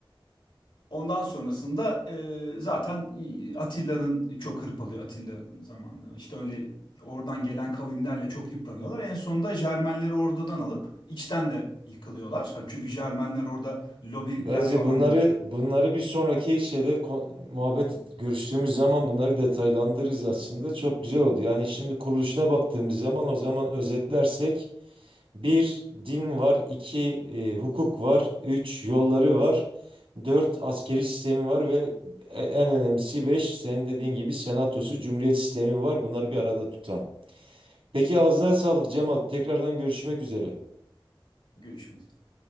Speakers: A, on the left; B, on the right.
A: Ondan sonrasında e, zaten e, Atilla'nın çok hırpalıyor Atilla zamanı. İşte öyle oradan gelen kavimlerle çok yıpranıyorlar. En sonunda Jermenleri oradan alıp içten de yıkılıyorlar. Çünkü Jermenler orada lobiler
B: Bence
A: falan
B: bunları
A: yapıyor.
B: bunları bir sonraki şeyde kon- muhabbet görüştüğümüz zaman bunları
A: Hı
B: detaylandırırız
A: hı.
B: aslında. Çok güzel oldu. Yani şimdi kuruluşuna baktığımız zaman o zaman özetlersek Bir din var, iki e, hukuk var, üç yolları var, dört askeri sistemi var ve e- en önemlisi beş senin dediğin gibi senatosu, cumhuriyet sistemi var. Bunları bir arada tutan. Peki ağzına sağlık Cemal. Tekrardan görüşmek üzere.
A: Görüşmek üzere.